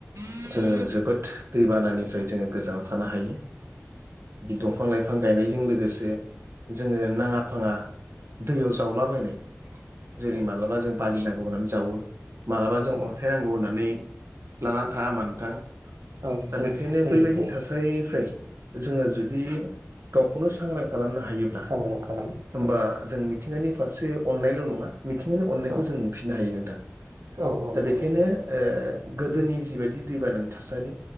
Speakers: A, on the right; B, on the right.
A: औ
B: जोङो जोबोद दैबानानिफ्राय जोङो गोजानाव थानो हायो दंफां लाइफां गायनायजों लोगोसे जोङो नाङा फाङा दैयाव जावलाबायनाय जेरै
A: औ
B: मालाबा जों बालि नांगौ होननानै जावो मालाबा जों
A: औ
B: अन्थाइ नांगौ होननानै लानानै थाङा ओमबा नोंथां
A: औ फैयो
B: दा बेखायनो
A: फैयो
B: बैबायदि थासारिनिफ्राय जोङो जुदि गावखौनो सांग्रां खालामनो हायोब्ला
A: सांग्रां खालाम
B: होमबा
A: औ
B: जों मिथिंगानि फारसे अननायल' नङा मिथिंगानि अननायखौ
A: औ
B: जों मोनफिननो हायो नोंथां
A: औ औ
B: दा
A: मोनो
B: बेखायनो ओ गोदोनि जिबायदि दैबानानि थासारि